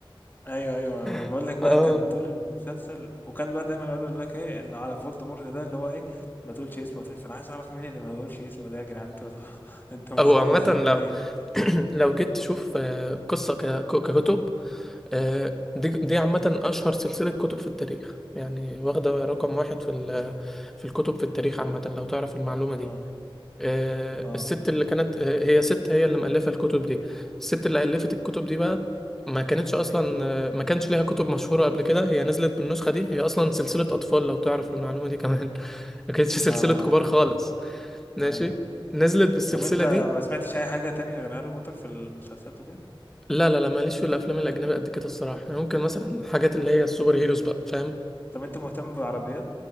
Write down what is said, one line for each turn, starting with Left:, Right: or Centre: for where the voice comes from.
Left: ايوه ايوه أنا بقول
Centre: <laughs>
Left: لك بقى
Centre: اه
Left: كان طول المسلسل وكان بقى دايما يقعدوا يقول لك ايه اللي على فولدمورت ده اللي هو ايه ما تقولش اسمه طيب فانا عايز اعرف مين اللي ما تقولش اسمه ده يا جدعان انتوا <laughs> انتوا
Centre: <laughs>
Left: مخوفيني
Centre: هو عامة لو
Left: ليه
Centre: <clears throat> لو جيت تشوف آه، قصة ك- ككتب آه، دي دي عامة أشهر سلسلة كتب في التاريخ يعني واخدة رقم واحد في ال- في الكتب في التاريخ عامة لو تعرف المعلومة دي
Left: اه
Centre: آه،
Left: اه
Centre: الست اللي كانت آه، هي ست هي اللي مؤلفة الكتب دي الست اللي ألفت الكتب دي بقى ما كانتش أصلا آه، ما كانش ليها كتب مشهورة قبل كده هي نزلت بالنسخة دي هي أصلا سلسلة أطفال لو تعرف المعلومة دي كمان <laughs> ما كانتش سلسلة
Left: لا ما
Centre: كبار خالص ماشي
Left: ايوه
Centre: نزلت بالسلسلة
Left: طب انت
Centre: دي
Left: ما سمعتش اي حاجه تانية غير هاري بوتر في المسلسلات وكده
Centre: لا لا لا ماليش في الأفلام الأجنبية قد كده الصراحة يعني ممكن مثلا الحاجات اللي هي السوبر هيروز بقى فاهم
Left: طب انت مهتم بالعربيات